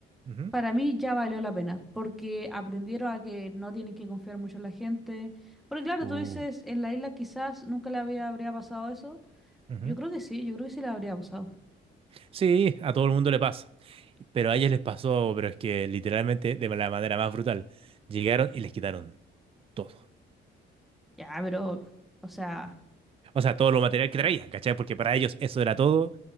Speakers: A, on the right; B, in the centre.
A: Ujú.
B: para mí ya valió la pena, porque aprendieron a que no tienen que confiar mucho en la gente. Porque claro,
A: Uh,
B: tú dices, en la isla quizás nunca le había, habría pasado eso.
A: sí.
B: Yo creo que sí, yo creo que sí le habría pasado.
A: Sí, a todo el mundo le pasa. Pero a ellos les pasó, pero es que literalmente de la manera más brutal. Llegaron y les quitaron todo.
B: Ya, pero, o sea,
A: O sea, todo lo material que traían, ¿cachai? Porque para ellos eso era todo.